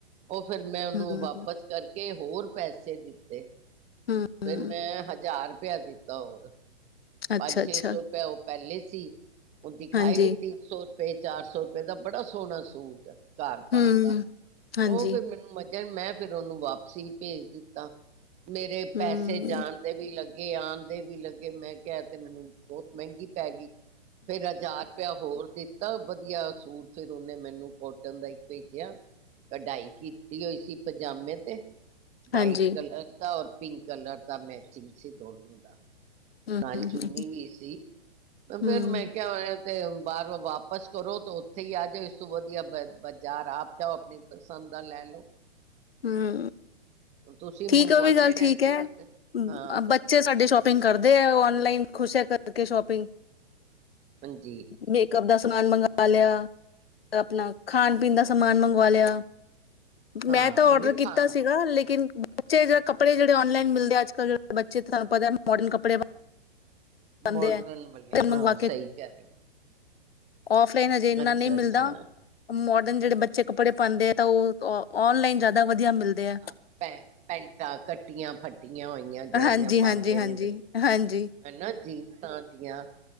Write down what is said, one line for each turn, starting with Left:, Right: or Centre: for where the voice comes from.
Right: ਉਹ ਫਿਰ ਮੈਂ ਉਹਨੂੰ
Left: ਹੂੰ
Right: ਵਾਪਸ ਕਰਕੇ ਹੋਰ ਪੈਸੇ ਦਿੱਤੇ
Left: ਹੂੰ
Right: ਫ
Left: ਹੂੰ
Right: ਮੈਂ ਹਜ਼ਾਰ ਪਿਆ ਦਿੱਤਾ ਹੋਰ
Left: ਅੱਛਾ
Right: ਪੰਜ ਛੇ
Left: ਅੱਛਾ
Right: ਸੌ ਰੁਪਇਆਪ ਪਹਿਲੇ ਸੀ ਉਹ ਦਿਖਾਏਗੀ
Left: ਹਾਂਜੀ
Right: ਤਿੰਨ ਸੌ ਰੁਪਏ ਏ ਚਾਰ ਸੌ ਰੁਪਏ ਦਾ ਬੜਾ ਸੋਹਣਾ ਸੂਟ ਕਾਰ ਪਾਉਣ
Left: ਹੂੰ
Right: ਦਾ
Left: ਹਾਂਜੀ
Right: ਉਹ ਫੇਿਰ ਮੈਨੂੰ ਮਜ਼ਾ ਮੈਂ ਫੇਿਰ ਉਹਨੂੰ ਵਾਪਸੀ ਭੇਜ ਦਿੱਤਾ ਮੇਰੇ ਪੈਸੇ
Left: ਹੂੰ
Right: ਜਾਣ ਦੇ ਵੀ ਲੱਗੇ ਅੱਗੇ ਆਉਣ ਦੇ ਵੀ ਲੱਗੇ ਮੈਂ ਕਿਹਾ ਤੇ ਮੈਨੂੰ ਬਹੁਤ ਮਹਿੰਗੀ ਪੈ ਗਈ ਫੇਰ ਹਜ਼ਾਰ ਰੁਪਇਆ ਹੋਰ ਦਿੱਤਾ ਵਧੀਆ ਸੂਟ ਫਿਰ ਉਹਨੇ ਮੈਨੂੰ ਕੋਟਨ ਦਾ ਹੀ ਭੇਜਿਆ ਕਢਾਈ ਕੀਤੀ ਹੋਈ ਸੀ ਪਜਾਮੇ ਤੇ ਵਾਈਟ
Left: ਹਾਂਜੀ
Right: ਕਲਰ ਤਾਂ ਔਰ ਪਿੰਕ ਕਲਰ ਦਾ ਮੈਚਿੰਗ ਸੀ ਦੋਨੋ ਦਾ
Left: ਹੂੰ
Right: ਨਾਲ
Left: ਹੂੰ
Right: ਚੁੰਨੀ
Left: ਹੂੰ
Right: ਵੀ ਸੀ
Left: ਹੂੰ
Right: ਫੇਿਰ ਮੈਂ ਕਿਹਾ ਹੋਇਆ ਤੇ ਬਾਹਰ ਵਾਪਿਸ ਕਰੋ ਤੇ ਉੱਥੇ ਹੀ ਆ ਜਾਓ ਇਸ ਤੋਂ ਵਧੀਆ ਬ ਬਾਜ਼ਾਰ ਆਪ ਚਓ ਆਪਣੀ ਪਸੰਦ ਆ ਲੈ ਲਓ <inaudible>
Left: ਹੂੰ,
Right: ਤੁਸੀਂ
Left: ਠੀਕ
Right: ਮੰਗਵਾਉਂਦੇ
Left: ਹੈ ਉਹ ਵੀ ਗੱਲ
Right: ਰਹਿੰਦੇ
Left: ਠੀਕ ਹੈ
Right: ਹੋ ਤੇ ਹਾਂ
Left: ਬੱਚੇ ਸਾਡੇ ਸ਼ੋਪਿੰਗ ਕਰਦੇ ਔਨਲਾਈਨ ਖੁਸ਼ ਹੈ ਕਰਕੇ ਸ਼ੋਪਿੰਗ
Right: ਹਾਂਜੀ
Left: ਮੇਕਪ ਦਾ‌‌ ਸ ਸਮਾਨ ਮੰਗਵਾ ਲਿਆ, ਆਪਨਾ ਖਾਨ ਪੀਨ ਦਾ ਸਮਾਨ ਮੰਗਵਾ ਲੇਆ। ਮੈਂ
Right: ਹਾਂ
Left: ਤਾ ਔਡਰ
Right: ਨੀ ਖਾਣ
Left: ਕੀਤਾ ਸੀਗਾ ਲੇਕਿਨ ਬੱਚੇ ਜਿਹੜ ਕੱਪੜੇ ਜਿਹੜੇ ਔਨਲਾਈਨ ਮਿਲਦੇ ਅੱਜ-ਕੱਲ ਬੱਚੇ ਤਾਨੂ ਪਤਾ ਮੋਡਰਨ ਕੱਪੜੇ ਪਾਂਦੇ
Right: ਮੋਡਰਨ
Left: ਐ ਮੰਗਵਾ
Right: <inaudible> ਸਹੀ ਕਹਿ
Left: ਆਫਲਾਈਨ ਹਜੇ ਏਨਾ
Right: ਅੱਛਾ
Left: ਨਈ
Right: ਅੱਛਾ
Left: ਮਿਲਦਾ। ਮੋ ਜਿਹੜੇ ਬੱਚੇ ਕੱਪੜੇ ਪਾਦੇਂ ਤਾਂ ਓ ਓ ਔਨਲਾਈਨ ਜ਼ਿਆਦਾ ਵਧ ਵਧੀਆ ਮਿਲਦੇ ਐ
Right: ਹਾਂ ਪੈ ਪੈਂਟਾਂ ਕੱਟੀਆਂ ਫ ਫਟੀਆਂ ਹੋਈਆਂ ਜੇੜੀਆਂ
Left: ਹਾਂਜੀ-ਹਾਂਜੀ,
Right: ਪਾਦੇਂ
Left: ਹਾਂਜੀ,
Right: ਨੇ ਬੱਚੇ
Left: ਹਾਂਜੀ
Right: ਹਨਾ ਜੀਸਾਂ ਦੀਆਂ